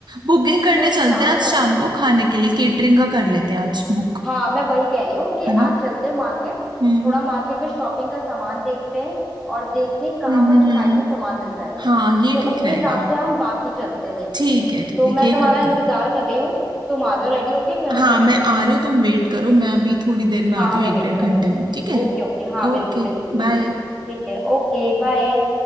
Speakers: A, on the right; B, in the centre.
A: बुकिंग करने
B: तो एक
A: चलते
B: काम
A: हैं आज शाम
B: करो
A: को खाने के लिए केटरिंग का कर लेते हैं आज बुक
B: हाँ मैं वही कह रही हूँ कि आज
A: है ना
B: चलते हैं मार्केट
A: हम्म
B: थोड़ा मार्केट में शॉपिंग का सामान देखते हैं और देखते हैं कहाँ
A: हम्म
B: पर
A: हम्म
B: किफायती
A: हम्म।
B: सामान मिल जाएगा
A: हाँ ये
B: तो
A: ठीक
B: उसके
A: रहेगा
B: हिसाब से हम बाकी चलते हैं देखने
A: ठीक है ठीक
B: तो
A: है
B: मैं
A: ये
B: तुम्हारा
A: करते
B: इंतजार
A: हैं
B: कर रही हूँ तुम आ जाओ रेडी होके फिर हम
A: हाँ
B: चलते
A: मैं
B: हैं
A: आ रही हूँ तुम वेट करो मैं अभी थोड़ी देर में
B: हाँ
A: आती
B: हाँ
A: हूँ
B: मैं
A: एक
B: वेट
A: डेढ़
B: कर
A: घंटे
B: रही
A: में ठीक है
B: हूँ ओके ओके हाँ
A: Okay
B: बिल्कुल बिल्कुल बिल्कुल
A: bye
B: ठीक है ओके बाय